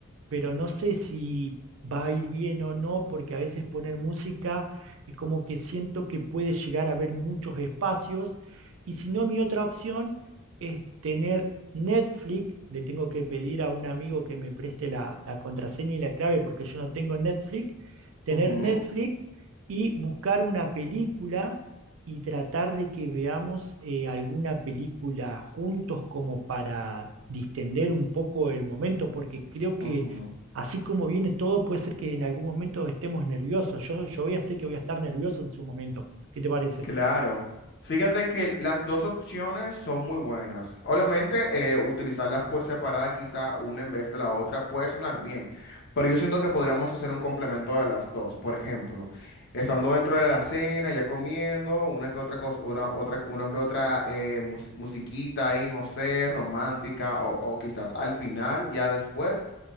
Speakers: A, on the right (about 65°); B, on the left (about 50°).
A: pero no sé si va a ir bien o no, porque a veces poner música es como que siento que puede llegar a haber muchos espacios, y si no, mi otra opción es tener Netflix, le tengo que pedir a un amigo que me preste la, la contraseña y la clave porque yo no tengo Netflix, tener
B: ujú,
A: Netflix y buscar una película y tratar de que veamos eh, alguna película juntos como para distender un poco el momento, porque creo que
B: ujú.
A: Así como viene todo, puede ser que en algún momento estemos nerviosos. Yo, yo voy a sé que voy a estar nervioso en su momento. ¿Qué te parece?
B: Claro. Fíjate que las dos opciones son muy buenas. Obviamente, eh, utilizarlas por separada, quizá una en vez de la otra, puede sonar bien, pero yo siento que podríamos hacer un complemento de las dos. Por ejemplo, estando dentro de la cena, ya comiendo, una que otra cosa, una, otra, una que otra eh, mus- musiquita ahí, no sé, romántica, o, o quizás al final, ya después